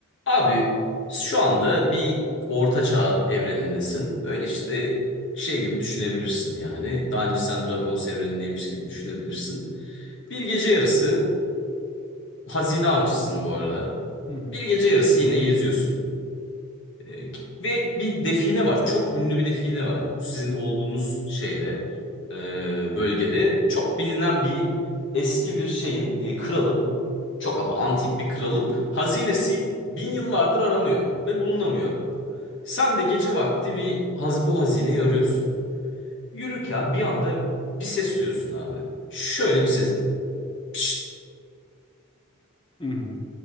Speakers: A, on the left; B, on the left.
A: Abi şu anda bir orta çağ evrenindesin. Böyle işte şey gibi düşünebilirsin yani. Daha önce sen Dragons evrenindeymiş gibi düşünebilirsin. Bir gece yarısı hazine avcısın bu arada.
B: Hı hı.
A: Bir gece yarısı yine geziyorsun. E, Ve bir define var. Çok ünlü bir define var. Sizin olduğunuz şeyde, e, bölgede çok bilinen bir eski bir şeyin, e, kralın, çok ama antik bir kralın hazinesi bin yıllardır aranıyor ve bulunamıyor. Sen de gece vakti bir haz bu hazineyi arıyorsun. Yürürken bir anda bir ses duyuyorsun abi. Şöyle bir ses. Pişt,
B: Hı hı.